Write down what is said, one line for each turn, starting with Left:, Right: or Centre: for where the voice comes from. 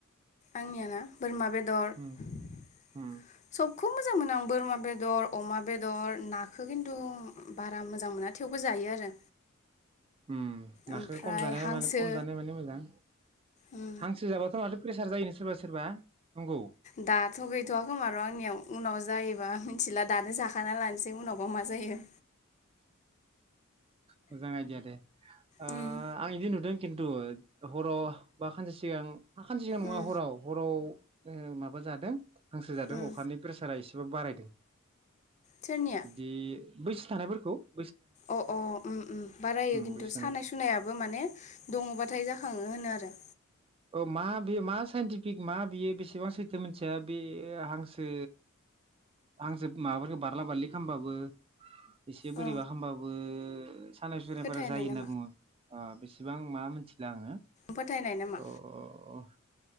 Left: आंनियाना बोरमा बेदर
Right: उम
Left: सब
Right: उम
Left: सबखौ मोजां मोनो आं बोरमा बेदर अमा बेदर नाखौ खिन्थु बारा मोजां मोना थेवबो जायो आरो
Right: होम नाखौ
Left: ओमफ्राय
Right: खम जानाया
Left: हांसो
Right: म खम जानाया माने मोजां
Left: उम
Right: हांसो जाबाथ' माथो प्रेसार जायोनो सोरबा सोरबा नंगौ
Left: दाथ' गैथ'वाखोमार' आंनियाव उनाव जायोबा मिथिला दानो जाखाना लानोसै उनावबा मा जायो
Right: मोजां आइदिया दे अह
Left: उम
Right: आं इदि नुदों। खिन्थु हराव बा खानसे सिगां खानसे सिगां नङा
Left: उम
Right: हराव हराव। माबा जादों हांसो जादों
Left: उम
Right: अखानि प्रेसारा एसे बि बारायदों
Left: सोरनिया
Right: बिदि बैसो थानायफोरखौ खौ
Left: अ' अ' उम उम बारायो
Right: उम
Left: खिन्थु
Right: बैसो
Left: सानाय
Right: जानाय
Left: सुनायाबो माने दङ बाथाय जाखाङो होनो आरो।
Right: ओ मा बे मा साइन्टिफिक मा बेयो बेसेबां सैथो मोनथिया बे हांसो हांसो माबाफोरखौ बारला बारलि खालामबाबो एसे बोरैबा
Left: औ
Right: हामबाबो <unintelligible> सानाय सुनायफोरा
Left: फोथायनाय
Right: जायो होनना
Left: नामा
Right: बुङो। ओ बेसेबां मा मोनसे लाङो।
Left: फोथायनाय नामा
Right: अ' अ' अ'।